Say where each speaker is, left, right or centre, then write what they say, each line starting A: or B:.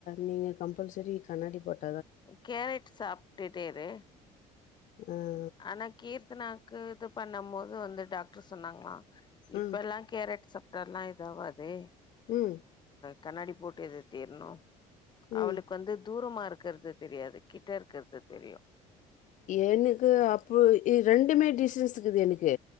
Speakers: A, on the left; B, on the left.
A: நீங்க கம்பல்சரி கண்ணாடி போட் தா
B: கேரட் சாப்டுட்டேரு
A: ம்
B: ஆனா கீர்த்தனாக்கு இது பண்ணும் போது வந்து டாக்டர் சொன்னாங்களா
A: ம்
B: இப்பல்லா கேரட் சாப்டால்லா எதும் ஆவாது
A: ம்
B: கண்ணாடி போட்டே தீர்ணும் அவளுக்கு
A: ம்
B: வந்து தூரமா இருக்கறது தெரியாது கிட்ட இருக்கறது தெரியு
A: எனக்கு அப்ப ரெண்டுமே டிஸ்டன்ஸ் இக்குது எனக்கு